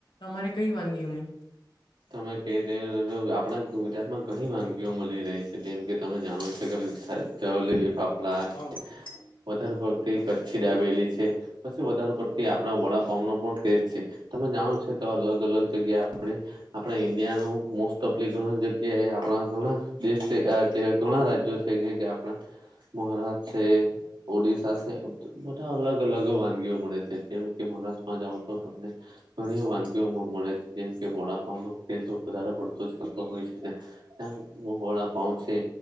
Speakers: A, on the left; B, on the right.
A: અમારે કઈ વાનગી અમે
B: <inaudible> <unintelligible> આપણા ગુજરાતમાં ઘણી વાનગીઓ મળી રહી છે જેમ કે તમે જાણો છો કે જલેબી, ફાફડા છે,
A: હા <inaudible> <unintelligible>
B: વધારે પડતી કચ્છી ડાબેલી છે. પછી વધારે પડતી આપણા વડાપાવનો પણ તેજ છે. તમે જાણો છો કે અલગ અલગ જગ્યા આપણે આપણા ઈન્ડિયાનું મોસ્ટ ઓફલી ઘણા જગ્યા કે આપણા ઘણા દેશ છે જે ઘણા રાજ્યો છે કે કે આપણા મહારાષ્ટ્ર છે, ઓડિશા છે, બધા અલગ અલગ વાનગીઓ મળે છે જેમ કે મહારાષ્ટ્રમાં જાઓ તો તમને ઘણી વાનગીઓ મળે છે જેમ કે વડા વધારે પડતો ચાલતો હોય છે, ત્યાં વડાપાઉં છે